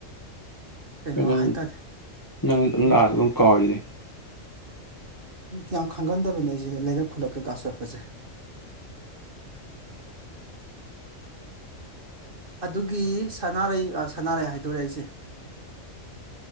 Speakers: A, on the right; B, on the left.
A: ꯀꯩꯅꯣ
B: ꯅ
A: ꯍꯥꯏꯇꯥꯔꯦ
B: ꯅꯪ ꯑꯗꯨꯝ
A: ꯎꯝ
B: ꯂꯥꯛꯑ ꯑꯗꯨꯝ ꯀꯥꯎꯔꯤꯅꯦ
A: ꯌꯥꯝ ꯈꯪꯒꯟꯗꯕꯅꯦ ꯑꯩꯁꯦ ꯂꯩꯔꯛ ꯈꯨꯜꯂꯛ ꯀꯩꯀꯥ ꯆꯠꯄꯁꯦ ꯑꯗꯨꯒꯤ ꯁꯅꯥꯔꯩ ꯁꯥꯟꯅꯔꯩ ꯍꯥꯏꯗꯣꯔꯦ ꯑꯩꯁꯦ